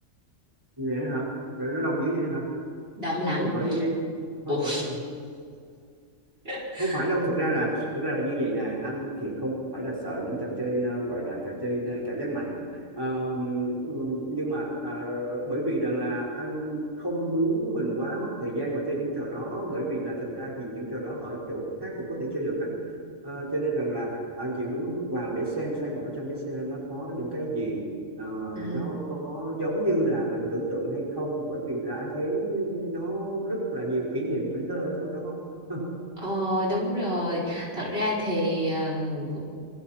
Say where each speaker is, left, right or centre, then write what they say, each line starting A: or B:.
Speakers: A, on the right (about 15°); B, on the right (about 45°).
A: vậy hả trời nó đông dữ vậy hả
B: đông lắm
A: Ê, thôi khỏi đi đi thôi
B: Ủa?
A: khỏi đi
B: <laughs>
A: không phải đâu thực ra là thực ra là như vậy nè anh thì không phải là sợ những trò chơi ờ, gọi là trò chơi ờ, cảm giác mạnh Ờ, nhưng mà ờ, bởi vì rằng là anh không muốn mình quá mất thời gian vào chơi những trò đó bởi vì là thực ra thì những trò đó ở chỗ khác cũng có thể chơi được á Ờ, cho nên rằng là anh chỉ muốn vào để xem xem ở trong Disneyland nó có những cái gì ờ,
B: Ừ.
A: nó có giống như là mình tưởng tượng hay không bởi vì là anh thấy nó rất là nhiều kỷ niệm tuổi thơ ở trong đó <laughs>
B: Ờ đúng rồi thật ra thì um,